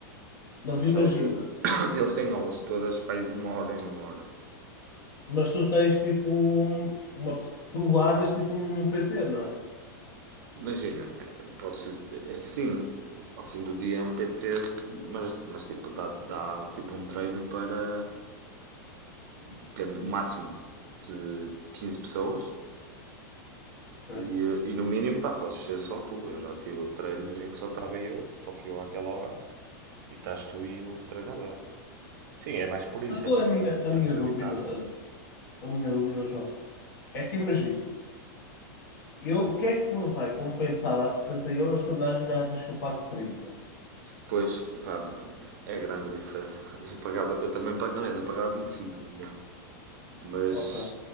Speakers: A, on the left; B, on the right.
A: Mas
B: Tenho só
A: imagina.
B: de. <coughs> Eles têm aulas todas para ir de uma hora em uma hora.
A: Mas tu tens tipo um- uma. pe- Tu ladas tipo um PT, não é?
B: Imagina, eh, podes, eh, sim, ao fim do dia é um PT, mas, mas tipo, dá, dá tipo um treino para depende, o máximo de, de 15 pessoas
A: Ok.
B: e, eh, e no mínimo, pá, podes ser só tu. Eu já tive treinos em que só estava eu, só fui eu àquela hora e estás tu e o treinador. Sim, é mais por isso,
A: Mas qual
B: é porque
A: é a minha, a
B: é
A: minha
B: muito limitado.
A: dúvida? eh, A, minha dúvida, João? É que imagina, eu o que é que me vai compensar a 60 euros quando há ginásios que eu pago 30?
B: Pois, pá, é grande a diferença. Eu pagava, eu também, pa- aliás, eu pagava 25 no meu. mas
A: Ok.